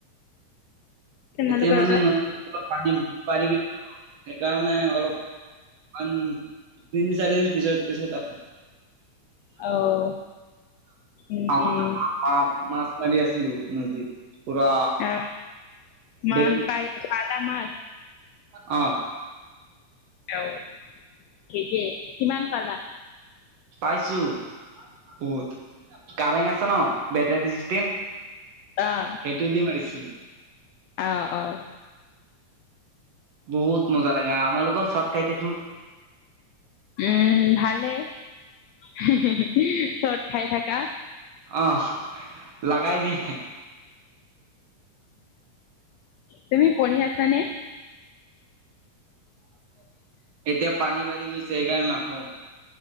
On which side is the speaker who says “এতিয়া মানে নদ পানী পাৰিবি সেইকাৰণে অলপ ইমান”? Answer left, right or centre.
Right